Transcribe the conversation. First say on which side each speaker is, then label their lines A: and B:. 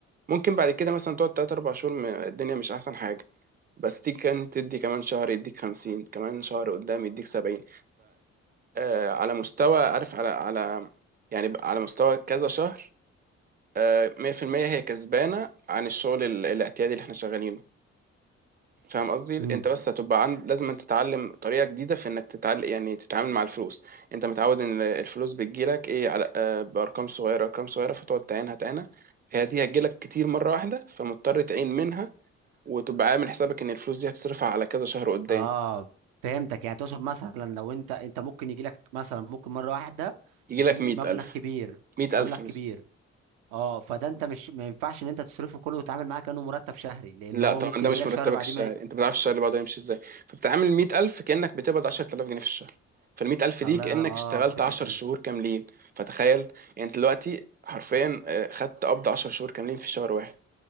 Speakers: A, on the right; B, on the right.
A: ممكن بعد كده مثلا تقعد تلات أربع شهور م- الدنيا مش أحسن حاجة بس تيجي كان تدي كمان شهر يديك خمسين كمان شهر قدام يديك سبعين آه، على مستوى عارف على على يعني على مستوى كذا شهر آه، 100% هي كسبانة عن الشغل ال- الاعتيادي اللي احنا شغالينه فاهم قصدي
B: امم
A: انت بس هتبقى عند لازم أن تتعلم طريقة جديدة في انك تتعلم يعني تتعامل مع الفلوس انت متعود ان الفلوس بتجيلك ايه على آه، بارقام صغيرة ارقام صغيرة فتقعد تعينها تعينها هي دي هتجيلك كتير مرة واحدة فمضطر تعين منها وتبقى عامل حسابك ان الفلوس دي هتصرفها على كذا شهر قدام
B: اه فهمتك يعني تقصد مثلا لو انت انت ممكن يجي لك مثلا ممكن مره واحده
A: يجيلك
B: يجي لي
A: 100000
B: مبلغ كبير
A: 100000
B: مبلغ كبير اه فده انت مش ما ينفعش ان انت تصرفه كله وتتعامل معاه كانه مرتب شهري لان
A: لا
B: هو
A: طبعا
B: ممكن
A: ده مش
B: يجي لك
A: مرتبك
B: شهر بعدين
A: الشهري
B: ما ي-
A: انت ما بتعرفش الشهر اللي بعده هيمشي ازاي فبتعامل 100000 كانك بتقبض 10000 جنيه في الشهر فال 100000 دي
B: الله
A: كانك
B: انا اه
A: اشتغلت
B: فهمت
A: 10 شهور كاملين فتخيل يعني انت دلوقتي حرفيا آه، خدت قبض 10 شهور كاملين في شهر واحد